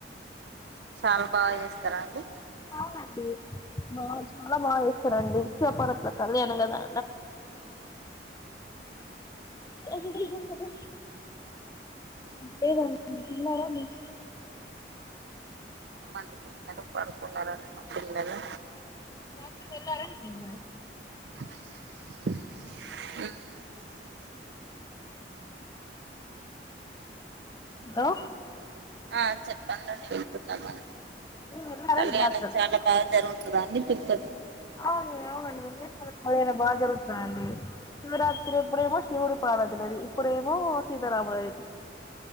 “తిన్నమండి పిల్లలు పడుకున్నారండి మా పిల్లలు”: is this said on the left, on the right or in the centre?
Right